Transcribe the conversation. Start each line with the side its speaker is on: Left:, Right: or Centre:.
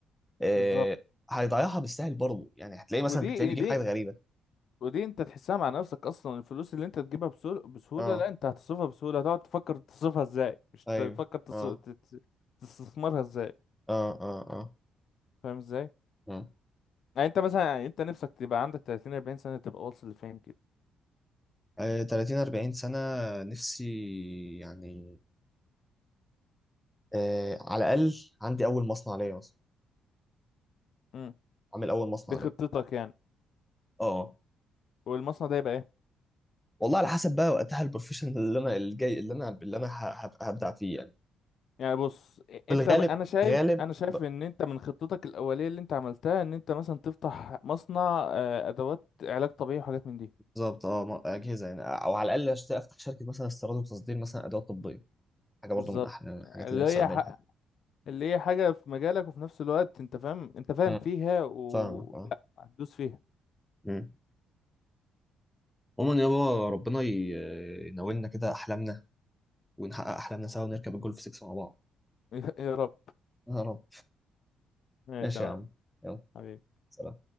Centre: آه،
Left: بالظبط
Centre: هيضيعها بالسهل برضه يعني هتلاقيه مثلا
Left: ودي
Centre: بتلاقيه بيجيب
Left: دي
Centre: حاجات غريبه
Left: ودي انت تحسها مع نفسك اصلا الفلوس اللي انت تجيبها بسهولة, بسهولة
Centre: اه
Left: لا انت هتصرفها بسهولة هتقعد تفكر تصرفها ازاي مش
Centre: ايوه
Left: تفكر تص...
Centre: اه
Left: تت- تستثمرها ازاي
Centre: اه اه اه
Left: فاهم ازاي
Centre: اه
Left: يعني انت مثلا يعني انت نفسك تبقى عندك 30 40 سنة تبقى واصل لفين كده
Centre: آه، 30 40 سنه نفسي يعني آه على الاقل عندي اول مصنع ليا مثلا
Left: امم
Centre: عامل اول مصنع
Left: دي
Centre: ليا
Left: خطتك يعني
Centre: اه
Left: والمصنع ده يبقى ايه
Centre: والله على حسب بقى وقتها البروفيشن اللي انا الجاي اللي انا اللي انا ه- ه- هبدع فيه يعني
Left: يعني بص
Centre: في
Left: انت
Centre: الغالب
Left: ب- انا شايف
Centre: غالب
Left: انا شايف
Centre: ب-
Left: ان انت من خطتك الاولية اللي انت عملتها ان انت مثلا تفتح مصنع آه، ادوات علاج طبيعي وحاجات من دي
Centre: بالظبط اه م- اجهزه يعني او على الاقل أشت- افتح شركه مثلا استيراد وتصدير مثلا ادوات طبيه حاجه
Left: بالظبط
Centre: برضو من احلى الحاجات
Left: اللي
Centre: اللي أنا نفسي
Left: هي
Centre: اعملها
Left: ح- اللي هي حاجة في مجالك وفي نفس الوقت انت فاهم انت فاهم
Centre: مم.
Left: فيها و
Centre: فاهمك اه
Left: لا هتدوس فيها
Centre: مم. عموما يابا ربنا ي- يناولنا كده احلامنا ونحقق احلامنا سوا ونركب الجولف 6 مع بعض
Left: <laughs> يا رب
Centre: يا رب
Left: ماشي
Centre: ماشي
Left: يا
Centre: يا
Left: معلم
Centre: عم يلا
Left: حبيبي
Centre: سلام